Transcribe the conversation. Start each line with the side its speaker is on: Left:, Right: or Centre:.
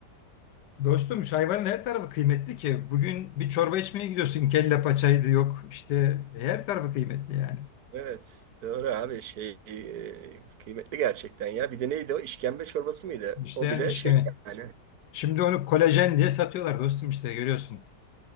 Left: Dostum hayvanın her tarafı kıymetli ki. Bugün bir çorba içmeye gidiyorsun. Kelle paçaydı yok. İşte her tarafı kıymetli yani.
Right: Evet. Doğru abi şey e, kıymetli gerçekten ya. Bir de neydi o? işkembe çorbası mıydı?
Left: İşte
Right: O
Left: yani
Right: bile
Left: işkene.
Right: şey yani.
Left: Şimdi onu kolajen diye satıyorlar dostum işte görüyorsun.